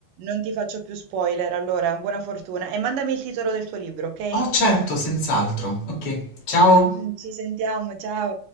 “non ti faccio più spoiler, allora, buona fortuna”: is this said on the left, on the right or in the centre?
Right